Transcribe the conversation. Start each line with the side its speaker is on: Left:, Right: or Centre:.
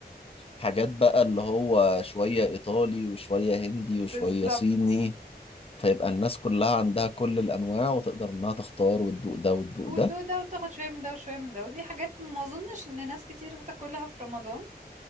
Left: حاجات بقى اللي هو شوية إيطالي وشوية هندي وشوية
Right: بالظبط
Left: صيني فيبقى الناس كلها عندها كل الأنواع وتقدر إنها تختار وتدوق ده وتدوق
Right: وتدوق
Left: ده
Right: ده وتاخد شوية من ده وشوية من ده ودي حاجات ما اظنش ان ناس كتير بتاكلها في رمضان